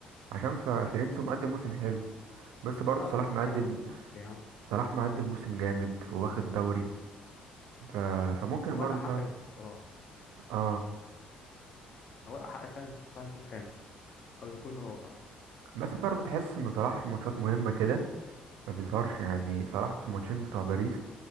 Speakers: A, on the right; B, on the left.
A: عشان ف- فيرنتو مقدم موسم حلو بس برضه
B: لا
A: صلاح
B: مش موسم
A: مقدم
B: حلو موسم سيء يا عم
A: صلاح مقدم موسم جامد وواخد دوري ف... فممكن
B: هو
A: برضه
B: الأحق
A: صلاح
B: يكون صلاح
A: اه
B: هو الأحق فعلا يكون صلاح يكون خامس أو يكون رابع
A: بس برضه تحس ان صلاح في ماتشات مهمه كده ما بيظهرش يعني صلاح في الماتشين بتوع باريس